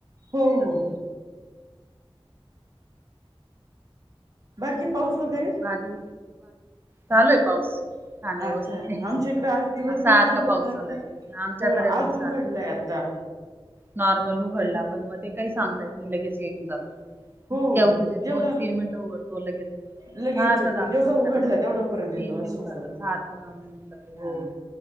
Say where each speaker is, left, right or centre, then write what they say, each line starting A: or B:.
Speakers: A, on the right; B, on the right.
A: हो
B: चालत
A: हो. बाकी पाऊस वगैरे?
B: बाकी चालू आहे पाऊस. छान व्यवस्थित
A: अच्छा
B: आहे
A: आमच्या इकडे आज दिवसभर
B: हा सारखं
A: होता
B: पाऊस
A: आता
B: चालू आहे, आमच्याकडे
A: हो आज
B: पण
A: उघडलाय
B: सारखं चालू
A: आता
B: आहे. नॉर्मल
A: नाही
B: उघडला
A: तर
B: पण म ते काही सांगता येत नाही लगेच येऊन जातो,
A: हो
B: इतक्या म्हणजे
A: जेवढं
B: दोन तीन मिनिट उघडतो लगेच
A: लगेच
B: सारखा
A: येतो
B: चालू
A: जेवढा
B: आहे आमच्याकडे
A: उघडला
B: तर
A: तेवढा परत येतो
B: तीन दिवसाचा
A: असं होत
B: सारखा चालू आहे आमच्याकडे हो
A: हां.